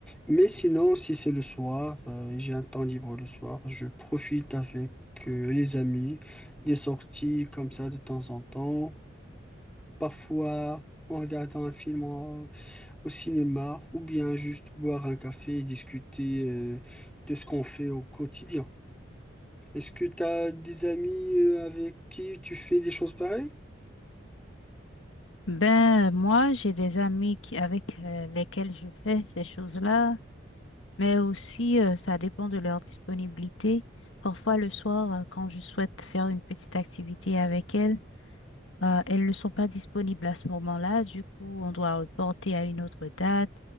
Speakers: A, in the centre; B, on the left (about 85°).
A: Mais sinon, si c'est le soir, euh, j'ai un temps libre le soir, je profite avec euh, les amis, des sorties comme ça de temps en temps. Parfois, en regardant un film en- au cinéma, ou bien juste boire un café et discuter euh, de ce qu'on fait au quotidien. Est-ce que tu as des amis euh, avec qui tu fais des choses pareilles?
B: Ben, euh, moi, j'ai des amis qui, avec euh, lesquels je fais ces choses-là, mais aussi, euh, ça dépend de leur disponibilité. Parfois, le soir, euh, quand je souhaite faire une petite activité avec elles, Euh, elles ne sont pas disponibles à ce moment-là, du coup, on doit reporter à une autre date.